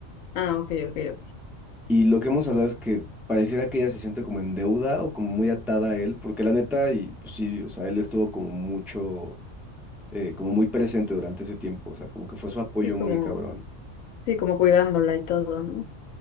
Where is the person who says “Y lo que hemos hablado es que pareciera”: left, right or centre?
Centre